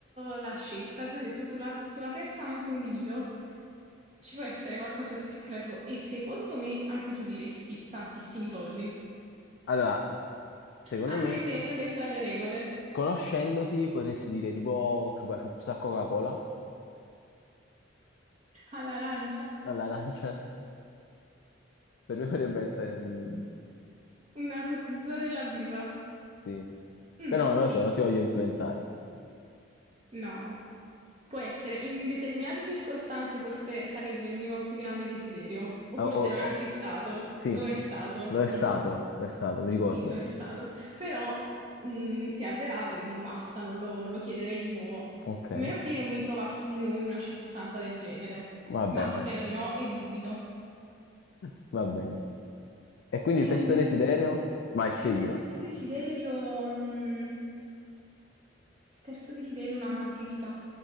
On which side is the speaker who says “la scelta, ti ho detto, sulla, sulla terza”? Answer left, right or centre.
Right